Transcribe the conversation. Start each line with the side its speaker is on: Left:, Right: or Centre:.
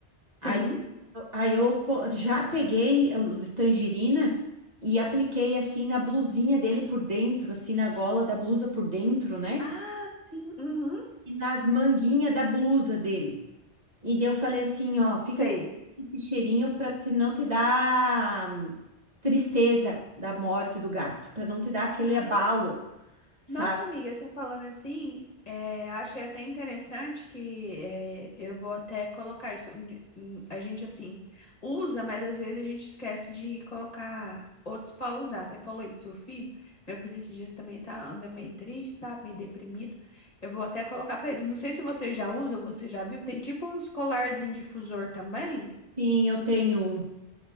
Right: Aí,
Left: Sim.
Right: eu- aí eu co- já peguei o de tangerina e apliquei assim na blusinha dele por dentro, assim, na gola da blusa por dentro, né?
Left: Ah, sim. Uhum,
Right: E nas manguinhas da blusa dele. E daí eu falei assim, ó, fica
Left: sei.
Right: sem esse cheirinho pra te- não te dar hum, tristeza da morte do gato, pra não te dar aquele
Left: Ah,
Right: abalo, sabe?
Left: nossa, amiga, você falando assim, é, eu achei até interessante que é, eu vou até colocar isso. Hum, hum, A gente, assim, usa, mas às vezes a gente esquece de colocar outros para usar. Você falou aí do seu filho. Meu filho esses dias também tá, anda meio triste, sabe? Meio deprimido. Eu vou até colocar para ele. Não sei se você já usa, ou você já viu. Tem tipo uns colarzinho difusor também.
Right: Sim, eu tenho um.